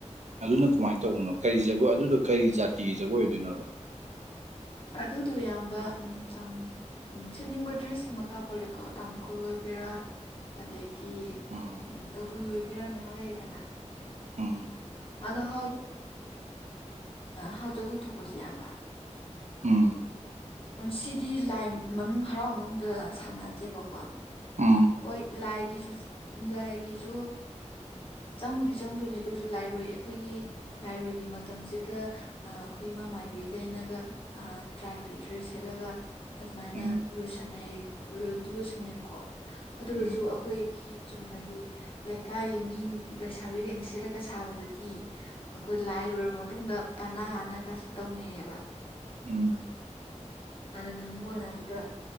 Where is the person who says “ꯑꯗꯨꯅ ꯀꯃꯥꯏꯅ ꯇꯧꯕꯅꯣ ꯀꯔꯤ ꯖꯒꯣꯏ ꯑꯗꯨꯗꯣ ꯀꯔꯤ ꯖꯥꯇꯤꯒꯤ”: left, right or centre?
Right